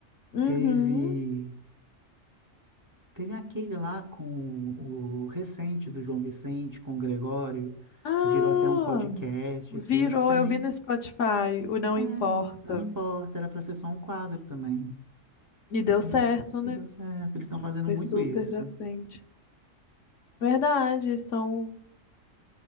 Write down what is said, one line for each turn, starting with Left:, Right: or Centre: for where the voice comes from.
Left: Uhum.
Right: Teve. Teve aquele lá com o, o recente do João Vicente, com o Gregório,
Left: Ah,
Right: que virou até um podcast
Left: virou,
Right: e tudo, que também.
Left: eu vi no Spotify, o Não
Right: É,
Left: Importa.
Right: não importa, era pra ser só um quadro também.
Left: E deu
Right: É,
Left: certo, né?
Right: e deu certo, eles estão fazendo
Left: Foi
Right: muito
Left: super
Right: isso.
Left: pra frente. Verdade, estão